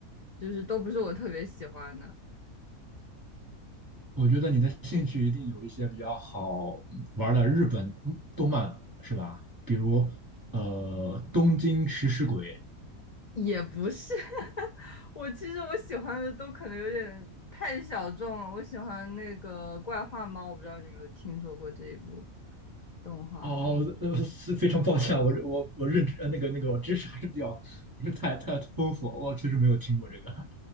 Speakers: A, on the left; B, on the right.
A: 就是都不是我特别喜欢的。
B: 我觉得你的兴趣一定有一些比较好玩的日本动漫，是吧？比如呃，《东京食尸鬼》
A: 也不是，<laughs> 我其实我喜欢的都可能有点太小众了。我喜欢那个《怪画猫》，我不知道你有没有听说过这一部动画。
B: 哦，呃，是非常抱歉啊，我我我认知呃那个那个我知识还是比较不是太太丰富，我确实没有听过这个，